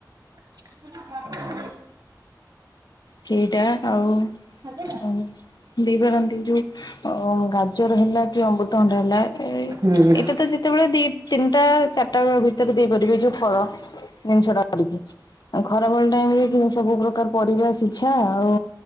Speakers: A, on the right; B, on the left.
A: <inaudible>
B: ସେଇଟା ଆଉ
A: <inaudible>
B: ଉଁ ଦେଇପାରନ୍ତି ଯୋଉ ହଉ ଗାଜର ହେଲା କି ଅମୃତଭଣ୍ଡା ହେଲା ଏ ଏଇ
A: ହୁଁ
B: ଏଇଟା ତ ଯେତେବେଳେ ଦେ ତିନିଟା, ଚାରିଟା ଭିତରେ ଦେଇପାରିବେ। ଏ ଯୋଉ ଫଳ ଜିନିଷଟା। ଆ ଖରାବେଳ ଟାଇମରେ ଏଯଉ ସବୁ ପ୍ରକାର ପରିବା ସିଝା ଆଉ